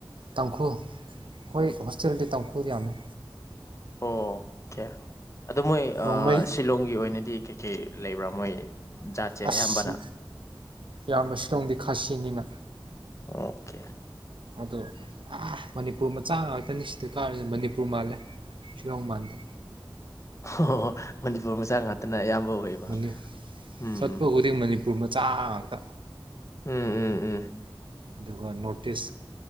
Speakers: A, on the right; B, on the left.
A: ꯇꯥꯡꯈꯨꯜ ꯍꯣꯏ ꯍꯣꯁꯇꯦꯜꯗꯤ ꯇꯥꯡꯈꯨꯜ ꯌꯥꯝꯃꯦ
B: ꯑꯣ ꯀꯦ ꯑꯗꯣ ꯃꯣꯏ
A: ꯔꯣꯡꯃꯩ
B: ꯑꯥ ꯁꯤꯂꯣꯡꯒꯤ ꯑꯣꯏꯅꯗꯤ ꯀꯩ ꯀꯦ ꯂꯩꯕ꯭ꯔꯥ ꯃꯣꯏ ꯖꯥꯠꯁꯦ
A: ꯑꯁ
B: ꯑꯌꯥꯝꯕꯅ
A: ꯌꯥꯝꯅ ꯁꯤꯂꯣꯡꯗꯤ ꯈꯥꯁꯤꯅꯤꯅ
B: ꯑꯣꯀꯦ
A: ꯑꯗꯣ ꯃꯅꯤꯄꯨꯔ ꯃꯆꯥ ꯉꯥꯛꯇꯅꯤ ꯁꯤꯗ ꯀꯥꯔꯁꯦ ꯃꯅꯤꯄꯨꯔ ꯃꯥꯜꯂꯦ ꯁꯤꯂꯣꯪ ꯃꯥꯟꯗꯦ
B: ꯑꯣ ꯍ ꯃꯅꯤꯄꯨꯔ ꯃꯆꯥ ꯉꯥꯛꯇꯅ ꯑꯌꯥꯝꯕ ꯑꯣꯏꯕ
A: ꯃꯅꯤ
B: ꯎꯝ
A: ꯆꯠꯄ
B: ꯎ
A: ꯈꯨꯗꯤꯡ ꯃꯅꯤꯄꯨꯔ ꯃꯆꯥ ꯉꯥꯛꯇ
B: ꯎꯝ ꯎꯝ ꯎꯝ
A: ꯑꯗꯨꯒ ꯅꯣꯇꯤꯁ